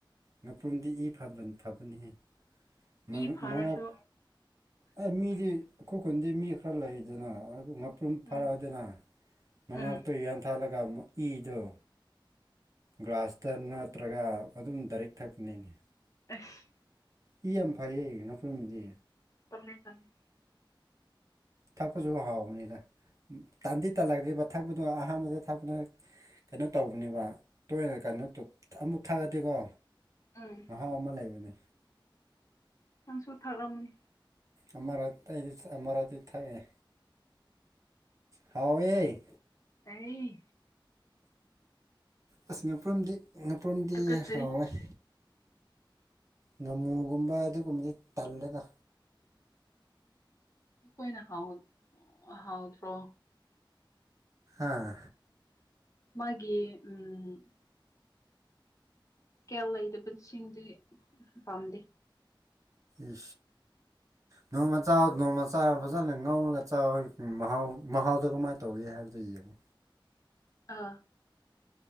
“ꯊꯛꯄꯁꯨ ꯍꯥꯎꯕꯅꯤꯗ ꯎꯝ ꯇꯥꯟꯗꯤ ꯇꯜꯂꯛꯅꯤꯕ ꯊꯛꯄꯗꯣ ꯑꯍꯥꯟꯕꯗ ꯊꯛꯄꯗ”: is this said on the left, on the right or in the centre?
Right